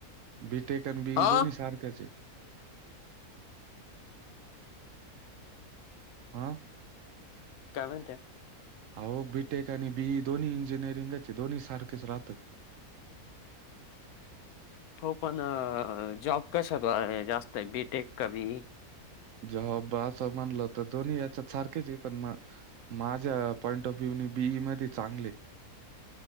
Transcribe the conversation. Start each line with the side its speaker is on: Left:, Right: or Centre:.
Right: बी टेक अन बीई
Left: अ
Right: दोनही सारख्याचे. हम
Left: काय म्हणत्या?
Right: आलो बीटेक आणि बीई दोन्ही इंजिनिअरिंगचे दोन्ही सारखेच राहत
Left: हो पण जॉब कशात आहे जास्त आहे बीटेक का बीड?
Right: जाँब असं म्हणलं तर दोन्ही याच्यात सारखेच पण मग माझ्या पॉईंट ऑफ व्ह्यू बीई मध्ये चांगले